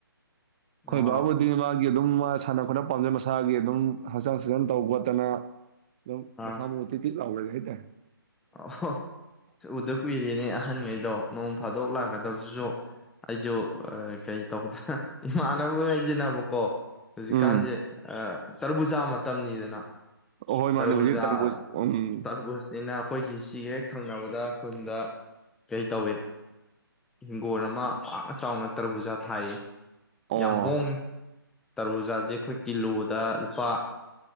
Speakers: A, in the centre; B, on the right.
A: ꯑꯣ
B: ꯑꯩꯣꯏꯕꯥꯕꯕꯨꯙ ꯃꯥ ꯃꯥꯒꯤ ꯑꯗꯨꯝ ꯃꯥ ꯁꯥꯟꯅ ꯈꯣꯠꯅꯕ ꯄꯥꯝꯖꯩ ꯃꯁꯥꯒꯤ ꯑꯗꯨꯝ ꯍꯛꯆꯥꯡ ꯁꯛꯆꯥꯡ ꯇꯧ ꯈꯣꯠꯇꯅ ꯅ
A: ꯑꯥ
B: ꯃꯁꯥꯃꯣꯇꯗꯤ ꯂꯥꯎꯗ ꯍꯥꯏ ꯇ
A: ꯑꯣ ꯎꯗ ꯀ ꯏꯦꯅꯦ ꯑꯍꯟꯈꯩꯗꯣ ꯅꯣꯡ ꯐꯥꯗꯣꯛ ꯂꯥꯛꯀꯗꯕꯗꯨꯁꯨ ꯑꯩꯁꯨ ꯀꯩ ꯇꯧꯗ ꯏꯃꯥꯟꯅꯕ ꯉꯩꯁꯤꯅꯕꯀꯣ ꯍꯧꯖꯤꯛꯀꯥꯟꯁꯦ
B: ꯎꯝ
A: ꯇꯔꯕꯨꯖꯥ ꯃꯇꯝꯅꯤꯗꯅ
B: ꯑꯍꯣꯏ
A: ꯇꯔꯕꯨꯖꯥ
B: ꯃꯥꯅꯦ ꯍꯧꯖꯤꯛ ꯇꯔꯕꯨꯖ ꯎꯝ
A: ꯇꯔꯕꯨꯁꯅꯤꯅ ꯑꯩꯒꯤ ꯁꯤꯒ ꯍꯦꯛ ꯊꯪꯅꯕꯗ ꯈꯨꯟꯗ ꯀꯩ ꯇꯧꯏ ꯏꯤꯡꯒꯣꯣꯟ ꯑꯃ ꯄꯥꯛꯅ ꯆꯥꯎꯅ ꯇꯔꯕꯨꯖꯥ ꯊꯥꯏꯌꯦ
B: ꯑꯣ
A: ꯌꯥꯝ ꯍꯣꯡꯉꯦ ꯇꯔꯨꯖꯥꯁꯦ ꯑꯩꯈꯣꯏ ꯀꯤꯂꯣꯗ ꯂꯨꯄꯥ